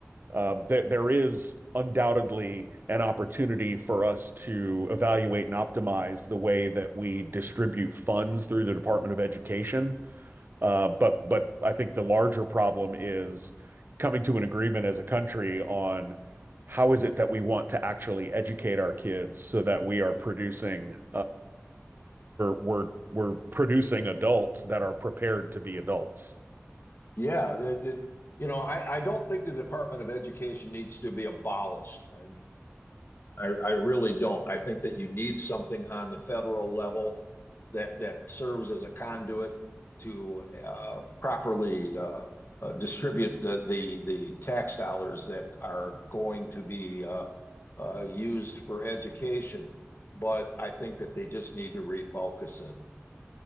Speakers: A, on the right; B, on the left.
A: um, th there is undoubtedly an opportunity for us to evaluate and optimize the way that we distribute funds through the Department of Education. Uh, But but I think the larger problem is coming to an agreement as a country on how is it that we want to actually educate our kids so that we we're we're are producing we are producing adults that are prepared to be adults.
B: Yeah, the, the, you know, I, I don't think the Department of Education needs to be abolished. I, I, I really don't. I think that you need something on the federal level that that serves as a conduit to uh, properly uh, uh, distribute the, the the tax dollars that are going to be uh, uh, used for education. But I think that they just need to refocus it.